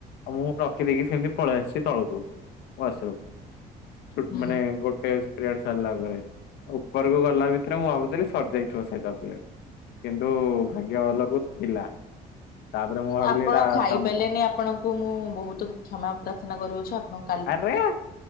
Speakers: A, on the left (about 80°); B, on the left (about 60°).
A: ଆଉ ମୁଁ ରଖିଦେଇକି ସେମିତି ପଳେଇ ଆସିଚି ତଳକୁ, ୱାସରୁମ୍। ଛୋଟ୍
B: ହୁଁ।
A: ମାନେ ଗୋଟ୍ <unintelligible> ସାରିଲା ପରେ, ଉପରକୁ ଗଲା ଭିତରେ ମୁଁ ଭାବୁଥିଲି ସରିଯାଇଥିବ ସେ ଚକଲେଟ୍। କିନ୍ତୁ ଭାଗ୍ୟ ଭଲକୁ ଥିଲା। ତାପରେ ମୁଁ ଭାବିଲି
B: ଆପଣ
A: ଏଇଟା
B: ଖାଇପାରିଲେନି
A: ତମ
B: ଆପଣଙ୍କୁ ମୁଁ ବହୁତ କ୍ଷମା ପ୍ରାର୍ଥନା କରଉଛି, ଆପଣ
A: ଆରେ